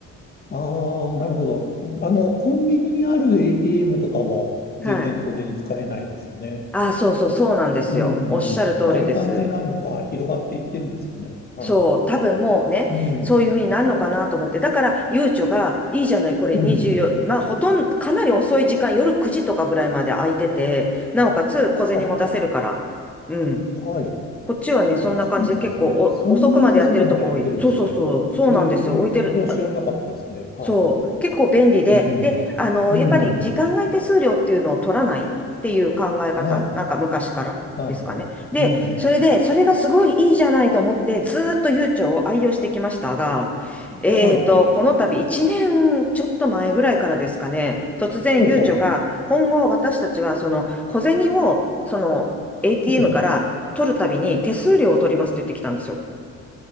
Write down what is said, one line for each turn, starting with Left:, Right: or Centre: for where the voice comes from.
Left: ああ、なるほど。うんあの、コンビニにある ATM とかも全然小銭使えないですよね。
Centre: はい。ああ、そうそう、そうなんですよ。
Left: うんうんうん。
Centre: おっしゃる通りです。
Left: ああいう感じなのか、広がっていってるんですかね。は
Centre: そう、多分もうね、
Left: い。うん。
Centre: そういうふうになるのかなと思って。だから、ゆうちょが、いいじゃない、これ24、
Left: うん。
Centre: まあ、ほとんど、かなり遅い時間、夜9時とかぐらいまで空いてて、なおかつ小銭も出せるから。
Left: あ、
Centre: うん。
Left: はい。
Centre: こっちはね、そんな感じで結構お遅くまでやってるとこ多い。
Left: あ、そうなんですね。そんなに遅くまでやってるんですね。
Centre: そうそうそう、そうなんですよ。
Left: え
Centre: 置いてる、
Left: え、それは知らなかったですね。はい。
Centre: そう、結構便利で、
Left: うん。
Centre: で、あの、
Left: うん。
Centre: やっぱり時間外手数料っていうのを取らないっていう考え方、
Left: はい。
Centre: なんか昔からですかね。
Left: はい。
Centre: で、
Left: うん。
Centre: それで、それがすごいいいじゃないと思って、ずーっと悠長を愛用してきましたが、えーと、
Left: はい。
Centre: この度1年ちょっと前ぐらいからですかね、突然悠長が、
Left: はい、はい。
Centre: 今後私たちはその小銭を、その ATM
Left: うん。
Centre: から取るたびに手数料を取りますって言ってきたんですよ。